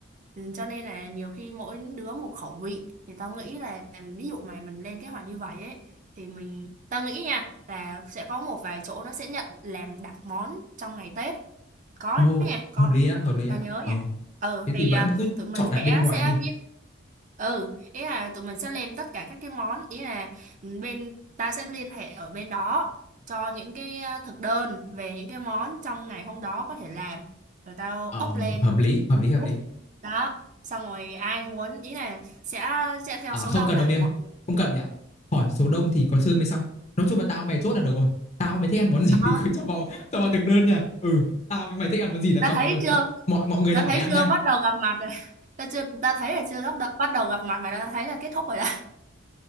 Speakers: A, on the right; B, on the left.
A: Ừ, cho nên là nhiều khi mỗi đứa một khẩu vị thì tao nghĩ là ví dụ mà mình lên kế hoạch như vậy ấy thì mình tao nghĩ nha là sẽ có một vài chỗ nó sẽ nhận làm đặt món trong ngày Tết có
B: ồ,
A: nha có
B: hợp lý á, hợp lý
A: tao
B: á.
A: nhớ
B: Ờ,
A: nha ừ
B: thế
A: thì
B: thì vẫn
A: à,
B: cứ
A: tụi mình
B: chọn đặt
A: sẽ
B: bên ngoài
A: sẽ
B: đi.
A: ý- ừ ý là tụi mình sẽ lên tất cả các cái món ý là ừ, bên ta sẽ liên hệ ở bên đó cho những cái à, thực đơn về những cái món trong ngày hôm đó có thể làm rồi tao
B: Ờ,
A: up lên
B: hợp lý, hợp lý,
A: group
B: hợp lý.
A: đó xong rồi ai muốn ý là sẽ sẽ theo
B: À
A: số
B: không
A: đông
B: cần
A: là
B: đâu mày
A: mọi
B: ơi
A: người
B: Không cần mày ạ Hỏi số đông thì còn chơi mới xong Nói chung là tao mày chốt là được rồi Tao mày thích ăn món gì
A: đó
B: thì cứ cho vào Cho vào thực đơn nha Ừ Tao với mày thích ăn món gì là
A: ta
B: cho
A: thấy
B: vào thôi
A: chưa
B: Mọi, mọi, mọi người
A: ta
B: là
A: thấy
B: phải ăn
A: chưa
B: nha
A: bắt đầu gặp mặt rồi <laughs> ta chưa ta thấy là chưa bắt đầu bắt đầu gặp mặt mà ta thấy là kết thúc rồi đó